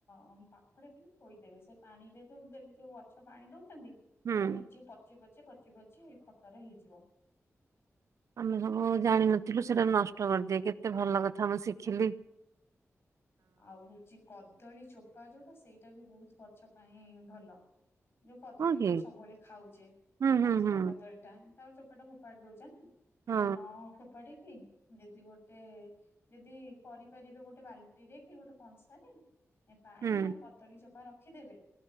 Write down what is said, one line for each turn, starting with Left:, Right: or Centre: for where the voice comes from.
Left: ତ ପାଖରେ ଖାଲି ଥୋଇଦେବେ ସେ ପାଣିରେ ଯୋଉ ଡେଲି ଯୋଉ ଗଛ ପାଣି ଦେଉଛନ୍ତି। ସେଇଟା
Right: ହୁଁ।
Left: ନିଜେ ପଚି ପଚି ପଚି ପଚି ଖତରେ ହେଇଯିବ।
Right: ଆମେ ସବୁ ଜାଣିିନଥିଲୁ ସେଟା ନଷ୍ଟ କରିଦିଏ କେତେ ଭଲ କଥା ମୁଁ ଶିଖିଲି।
Left: ଆଉ ହଉଛି କଦଳୀ ଚୋପା ଯୋଉଟା ସେଇଟା ବି ବହୁତ ଗଛ ପାଇଁ ଭଲ। ଯୋଉ କଦଳୀ
Right: ହଁ କି
Left: ଯୋଉ ସବୁବେଳେ ଖାଉଛେ
Right: ହୁଁ ହୁଁ
Left: ପାଚିଲା
Right: ହୁଁ
Left: କଦଳୀ ଟା ତାର ଚୋପାଟା ଫୋପାଡ଼ି ଦଉଛ ନା ସେଇଟା
Right: ହଁ
Left: ନ ଫୋ ପାଡ଼ିକି ଯଦି ଗୋଟେ ଯଦି କରିପାରିବେ ଗୋଟେ ବାଲ୍ ଟିରେ କି ଗୋଟେ କଂସାରେ ପାଣି
Right: ହୁଁ
Left: ଆଉ କଦଳୀ ଚୋପା ରଖିଦେବେ।